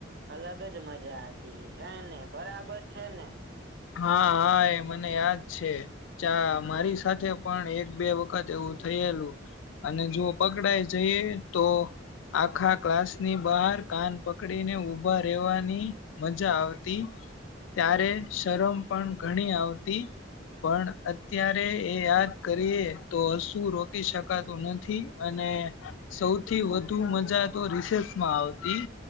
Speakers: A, on the right; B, on the left.
A: અલગ જ મજા હતી હે ને બરાબર છે ને.
B: હા હા એ મને યાદ છે અચ્છા મારી સાથે પણ એક બે વખત એવું થયેલું. અને જો પકડાય જઈએ તો. આખા ક્લાસ ની બહાર કાન પકડી ને ઉભા રહેેવાની મજા આવતી ત્યારે શરમ પણ ઘણી આવતી પણ અત્યારે એ યાદ કરીએ, તો શું રોકી શકાતું નથી? અને, સૌથી વધુ મજા તો રિસેસમાં આવતી.